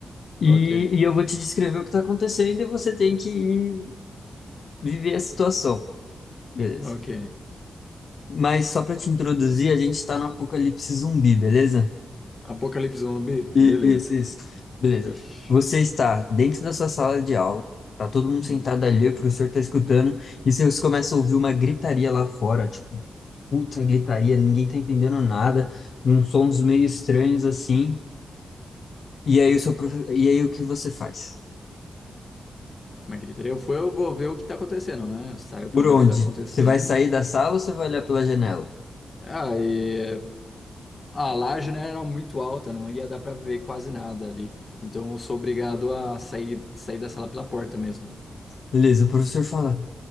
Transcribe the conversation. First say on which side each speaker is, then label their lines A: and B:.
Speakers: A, on the left; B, on the left.
A: E,
B: Ok,
A: e eu vou te descrever o que tá acontecendo e você tem que ir viver a situação, beleza?
B: ok.
A: Mas só para te introduzir, a gente tá no apocalipse zumbi, beleza?
B: Apocalipse zumbi?
A: E-
B: Beleza.
A: Isso, isso. Beleza.
B: Ixi.
A: Você está dentro da sua sala de aula, tá todo mundo
B: Hum.
A: sentado ali, o professor tá escutando, e vocês começam a ouvir uma gritaria lá fora, puta gritaria, ninguém tá entendendo nada, uns sons meio estranhos assim. E aí o seu profe- e aí o que você faz?
B: Mas gritaria eu fui, eu vou ver o que tá acontecendo, né? Eu saio
A: Por
B: pra ver
A: onde?
B: o que tá acontecendo.
A: Você vai sair da sala ou você vai olhar pela janela?
B: Ah, e a laje, né, era muito alta, não ia dar pra ver quase nada ali. Então eu sou obrigado a sair, sair da sala pela porta mesmo.
A: Beleza, o professor fala: